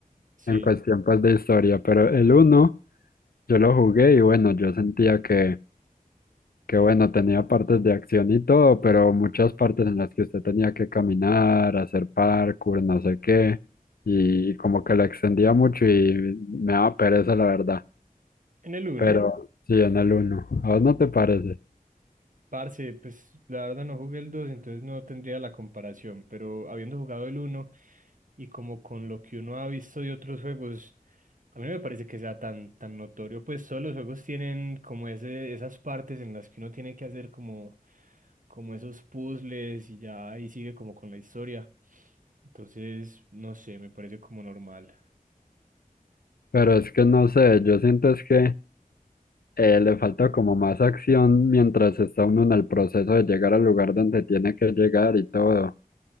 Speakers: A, on the right; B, on the left.
A: Sí,
B: en cuestión pues de historia, pero el uno yo lo jugué y bueno, yo sentía que, que bueno, tenía partes de acción y todo, pero muchas partes en las que usted tenía que caminar, hacer parkour, no sé qué, y como que lo extendía mucho y me daba pereza la verdad,
A: en el uno.
B: pero sí en el uno, a vos no te parece,
A: Parce, pues la verdad no jugué el 2, entonces no tendría la comparación, pero habiendo jugado el uno y como con lo que uno ha visto de otros juegos, A mí no me parece que sea tan, tan notorio, pues todos los juegos tienen como ese, esas partes en las que uno tiene que hacer como, como esos puzzles y ya ahí sigue como con la historia. Entonces, no sé, me parece como normal.
B: pero es que no sé, yo siento es que... eh, le falta como más acción mientras está uno en el proceso de llegar al lugar donde tiene que llegar y todo.